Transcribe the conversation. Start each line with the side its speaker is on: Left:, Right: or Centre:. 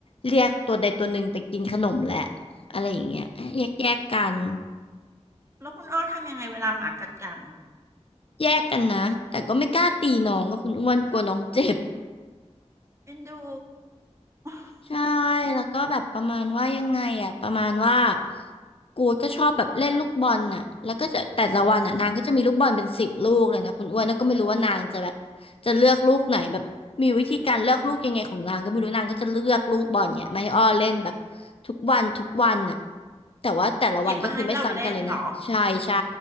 Left: เรียกตัวใดตัวหนึ่งไปกินขนมแหละอะไรอย่างเงี้ยแยกแยกกัน
Right: แล้วคุณอ้อทำยังไงเวลาหมากัดกัน
Left: แยกกันนะแต่ก็ไม่กล้าตีน้องก็คุณอ้วนกลัวน้องเจ็บ
Right: เอ็นดู <laughs>
Left: ใช่ แล้วก็แบบประมาณว่ายังไงอ่ะประมาณว่ากูดก็ชอบแบบเล่นลูกบอลน่ะแล้วก็จะแต่ละวันอ่ะนางก็จะมีลูกบอลเป็นสิบลูกเลยนะคุณอ้วนแล้วก็ไม่รู้ว่านางจะแบบจะเลือกลูกไหนแบบมีวิธีการเลือกลูกยังไงของนางก็ไม่รู้นางก็จะเลือกลูกบอลเนี่ยมาให้อ้อเล่นแบบทุกวันทุกวันน่ะแต่ว่าแต่ละวันก็คือไม่ซ้ำกันเลยนะใช่ใช่
Right: หยิบมาให้เราเล่นเหรอ